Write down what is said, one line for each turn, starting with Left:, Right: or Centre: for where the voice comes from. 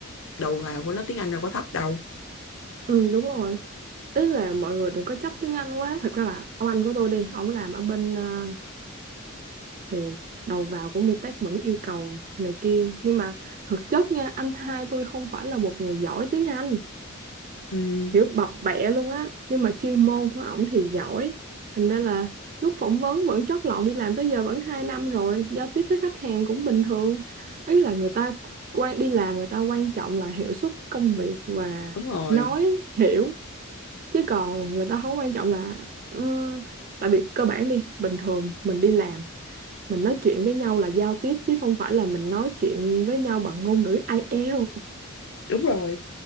Left: đầu vào của nó tiếng Anh đâu có thấp đâu
Right: ừ đúng rồi ý là mọi người đừng có chấp tiếng Anh quá thật ra là ông anh của tôi đi ổng làm ở bên uh, thì đầu vào của Mitech vẫn yêu cầu này kia nhưng mà thực chất nha anh hai tôi không phải là một người giỏi tiếng Anh
Left: ừ,
Right: kiểu bập bẹ luôn á nhưng mà chuyên môn của ổng thì giỏi thành ra là lúc phỏng vấn vẫn chót lọt đi làm tới giờ vẫn hai năm rồi giao tiếp với khách hàng cũng bình thường ý là người ta quan đi làm người ta quan trọng là hiệu suất công việc và
Left: đúng rồi
Right: nói hiểu chứ còn người ta không quan trọng là ừm, tại vì cơ bản đi bình thường mình đi làm mình nói chuyện với nhau là giao tiếp chứ không phải là mình nói chuyện với nhau bằng ngôn ngữ AI, IELTS
Left: đúng rồi